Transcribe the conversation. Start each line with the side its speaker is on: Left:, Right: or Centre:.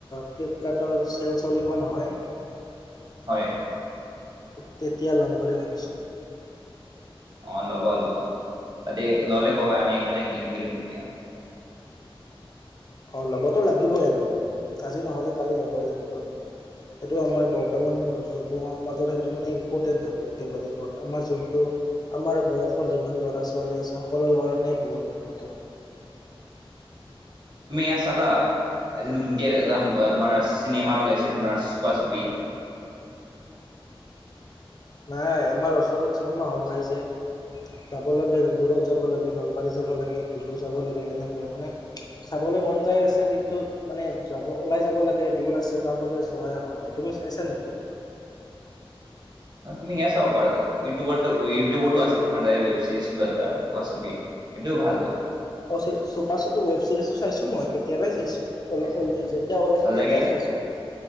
Left: ফ্লিপকাৰ্টৰ চেল চলিব নহয়।
Right: হয়।
Left: তেতিয়া ল'ম বুলি ভাবিছোঁ।
Right: অ' ল'বা ল'বা তাতে ল'লে ক'বা আমি একেলগ গেম খেলিম তেতিয়া
Left: অ' ল'বতো লাগিবই এনেও আজি নহ'লে কালি ল'বই লাগিব এনে
Right: <inaudible>
Left: সেইটো আমাৰ বৰ্তমান যুৱ সমাজৰ সেইটো মানে ইম্পৰ্টেণ্ট আৰু একেবাৰে আমাৰ যোনটো আমাৰ বয়সৰ যিমান ল'ৰা ছোৱালী আছে সকলৰ কাৰণে বহুত ইম্পৰ্টেণ্ট
Right: তুমি ইয়াত চালা এযে নতুনকে এ যাম তোমাৰ চিনেমা ওলাইছে তোমাৰ চুপা চুপি
Left: নাই আমাৰ ওচৰত চিনেমা হল নাই যে যাব লাগে দূৰত যাব লাগে নলবাৰী যাব লাগে টহু যাব লাগে এনেকে মানে চাবলৈ মন যাই আছে কিন্তু মানে যাব ওলাই যাব লাগে দূৰ আছে তাৰ বাবে যোৱাই অহা তুমি চাইছা নেকি?
Right: তুমি ইয়াত চাব পাৰা ইউটিউব ইউটিউব আছে ৱেব ছিৰিজ এটা সূপা চুপি এটোও ভাল।
Left: অ, চপা, চপি ৱেব চিৰিজটো চাইছো মই কেতিয়াবাই চাইছো।
Right: চাইছা
Left: ল, যেতিয়া ওলাইছিল
Right: অ, ভাল লাগে
Left: তেতিয়াই
Right: নে
Left: চাইছো।